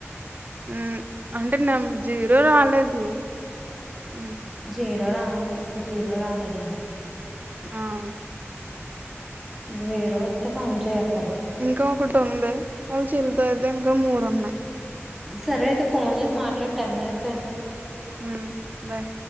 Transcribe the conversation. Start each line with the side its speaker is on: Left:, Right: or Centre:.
Right: మ్మ్ అంటే నమ్ జీరో రాలేదు మ్
Centre: జే రో రా జీరో రాలేదా
Right: అవున్
Centre: జీరో వత్తే పని చేయద్
Right: ఇంకా ఒకటుంది వాళ్ళ చెల్లితో అయితె ఇంకా మూడున్నాయ్
Centre: సరే అయితె ఫోన్ జేసి మాట్లాడు టెన్ మినిట్స్ అయింది
Right: హ్మ్ బాయ్